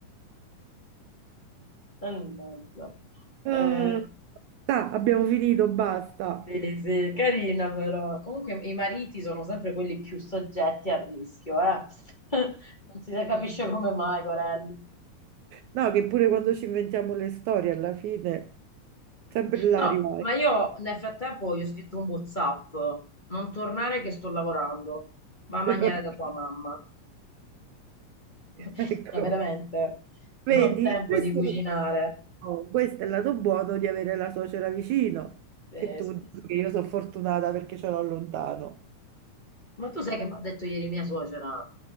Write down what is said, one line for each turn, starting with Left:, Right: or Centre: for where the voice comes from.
Left: Mannaggia.
Right: <laughs>
Left: Eh,
Right: Ah, abbiamo finito, basta.
Left: sì, sì, carina però. Comunque i mariti sono sempre quelli più soggetti al rischio, eh. <laughs> Non si capisce come mai, Corelli.
Right: No, che pure quando ci inventiamo le storie, alla fine sempre là
Left: No,
Right: arrivai.
Left: ma io nel frattempo gli ho scritto un WhatsApp, non tornare che sto lavorando, va a
Right: <laughs>
Left: mangiare da tua mamma. <laughs>
Right: Ecco,
Left: Ma veramente,
Right: vedi,
Left: non ho tempo
Right: questo,
Left: di cucinare.
Right: oh, questo è il lato buono di avere la suocera vicino,
Left: Eh,
Right: che tu
Left: sì.
Right: dici che io sono fortunata perché ce l'ho lontano.
Left: Ma tu sai che mi ha detto ieri mia suocera?